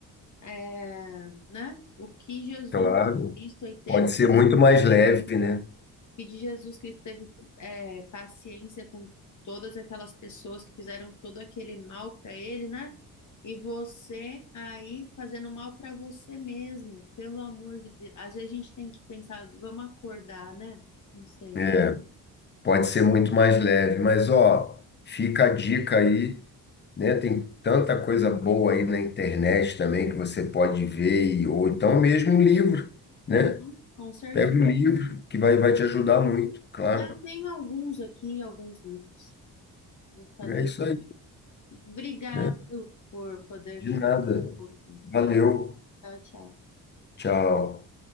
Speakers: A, on the left; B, on the left.
A: É, né? O que Jesus
B: Claro,
A: Cristo aí teve,
B: pode ser muito
A: o
B: mais leve, né?
A: que de Jesus Cristo teve é, paciência com todas aquelas pessoas que fizeram todo aquele mal para ele, né? E você aí fazendo mal para você mesmo, pelo amor de Deus. Às vezes a gente tem que pensar, vamos acordar, né? Não sei.
B: É, pode ser muito mais leve, mas ó, fica a dica aí, né? Tem tanta coisa boa aí na internet também que você pode ver, e- ou então mesmo um livro, né?
A: Uhum, com certeza.
B: Pega um livro que vai, vai te ajudar muito, claro.
A: Eu tenho alguns aqui, alguns livros. Vou fazer.
B: É isso aí,
A: Obrigado,
B: né?
A: viu, por poder
B: De
A: conversar
B: nada.
A: um pouquinho.
B: Valeu.
A: Tchau, tchau.
B: Tchau.